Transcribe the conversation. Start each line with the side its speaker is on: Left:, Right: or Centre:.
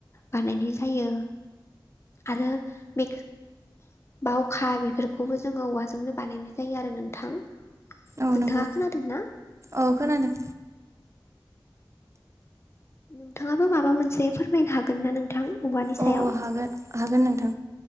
Left: बानायनाय जायो आरो बे बावखा बे बेखौबो जोङो औवाजोंनो बानायनाय जायो आरो नोंथां
Right: औ
Left: नोंथाङा
Right: नंगौ
Left: खोनादों ना
Right: औ खोनादों
Left: नोंथाङाबो माबा मोनसे फोरमायनो हागोन ना नोंथां औवानि सायाव
Right: औ हागोन हागोन नोंथां